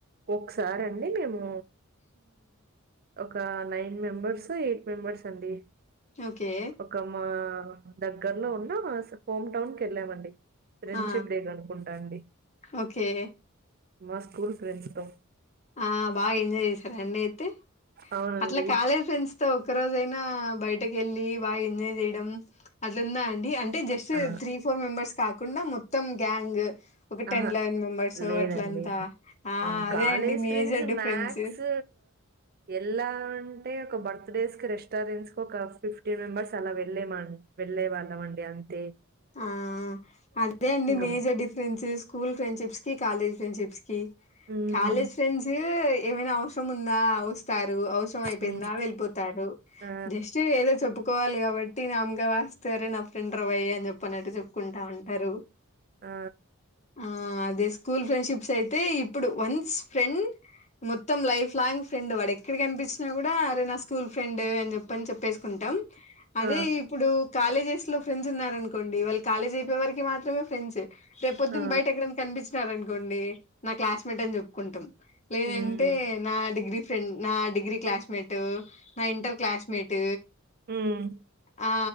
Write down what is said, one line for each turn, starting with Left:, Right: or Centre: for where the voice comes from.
Right: ఒకసారి అండి మేము ఒక నైన్ మెంబెర్స్ ఎయిట్ మెంబెర్స్ అండి
Left: ఓకే
Right: ఒక మ్మా అ దగ్గర్లో ఉన్నా హస్ హోంమ్ టౌన్ కి వెళ్ళామండి ఫ్రెండ్షిప్
Left: ఆ
Right: డే కి అనుకుంటా అండి
Left: ఓకే
Right: మా స్కూల్ ఫ్రెండ్స్ తొం
Left: ఆ బాగా ఎంజాయ్ చేశారు అండి తి
Right: అవునండి
Left: అట్లా కాలేజ్ ఫ్రెండ్స్ తో ఒక్క రోజు అయినా బయట బయటకెళ్ళి బాగా ఎంజాయ్ చేయడం అట్లుందా అండి అంటే జస్ట్
Right: ఆ
Left: త్రీ ఫోర్ మెబర్స్ క ఉన్న మొత్తం గ్యాంగ్ ఒక టెన్
Right: ఆహా
Left: లయన్ మెంబర్స్
Right: లేదండి
Left: అట్లంతా ఆ
Right: హ్మ్.
Left: అదే
Right: కాలేజ్
Left: అండి మేజర్
Right: ఫ్రెండ్స్
Left: డిఫరెన్స్
Right: మక్స్ వెళ్లావంటే అంటే ఒక భర్త డేస్ క రెస్టారెంట్స్ ఒక ఫిఫ్టీన్ మేంబర్స్ అలా వెళ్ళేమ వెళ్ళే వాళ్ళ అండి అంతే
Left: ఆ అదే అండి
Right: ఇంక
Left: మేజర్ డిఫరెన్సెస్ స్కూల్ ఫ్రెండ్షిప్స్ కి కాలేజ్ ఫ్రెండ్షిప్స్ కి
Right: హ్మ్
Left: కాలేజ్ ఫ్రెండ్స్ ఎ ఏమైనా అవసరం ఉందా వస్తారు అవస్ రమైయిపోయిందా
Right: హ్మ్
Left: వెళ్ళిపోతారు
Right: ఆ
Left: జస్ట్ ఏదో చెప్పు కోవాలి కాబట్టి నమకె వాస్ సర నా ఫ్రెండ్రా బై అని చెప్ప చెప్పనట్టు చెప్పుకుంటా ఉంటారు
Right: ఆ
Left: ఆ అదే స్కూల్ ఫ్రెండ్షిప్స్ అయితే ఇప్పుడు వన్స్ ఫ్రెండ్ మొత్తం లైఫ్ లాంగ్ ఫ్రెండ్ వాడు ఎక్కడికి కనిపించినా కూడా అరే నా స్కూల్ ఫ్రెండ్ అని చెప్పని చెప్పేసుకుంటాం అదే
Right: ఆ
Left: ఇప్పుడు కాలేజెస్ లో ఫ్రెండ్స్ ఉన్నారను కొండి వాళ్ళ కాలేజ్ అయిపోయే వరకి మాత్రమే ఫెండ్స్ రేపు పొద్దున్న
Right: ఆ
Left: బయట ఎక్కడనా కనిపించినార అనుకోండి నా క్లాస్మేట్ అని చెప్పుకుంటాం లేదంటే
Right: హ్మ్
Left: నా డిగ్రీ ఫ్రెండ్ నా డిగ్రీ క్లాస్మేట్ ట్ ఇంటర్ క్లాస్ మేట్
Right: హ్మ్
Left: ఆ